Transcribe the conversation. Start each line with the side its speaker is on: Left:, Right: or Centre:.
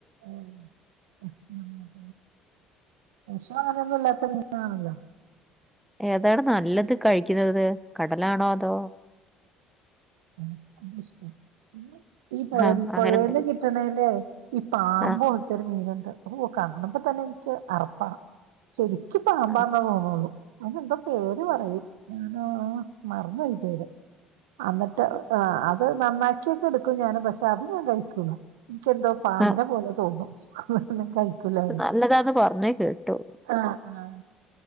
Right: ഓഹ് <unintelligible> വേഷോ അങ്ങനെ ഒന്നുംല്ലാത്ത മീനണല്ലോ
Centre: ഏതാണ് നല്ലത് കഴിക്കുന്നത് കടലാണോ അതോ.
Right: ആ അശ <unintelligible> ഈ. പുഴ
Centre: ആ അങ്ങനെ
Right: പൊഴേന്ന്
Centre: എന്തെങ്കിലും
Right: കിട്ടണേല് ഈ പാമ്പോലത്തെ
Centre: ആ
Right: മീനുണ്ട് കാണുമ്പ തന്നെ എനിക്ക് അറപ്പാ ശരിക്കും പാമ്പാന്ന
Centre: ആ
Right: തോന്നുള്ളൂ അയിനെന്തോ പേര് പറയും ഓ മറന്നു പോയി പേര് എന്നിട്ട് ആ അത് നന്നാക്കിയൊക്കെ എടുക്കും ഞാന് പഷേ അത് ഞാൻ കൈകുല. എനിക്കെന്തോ പാമ്പിനെ
Centre: ആ.
Right: പോലെ തോന്നും അ - <unintelligible>
Centre: നല്ലതാന്ന് പറഞ്ഞേ കേട്ടു
Right: ആഹ ആ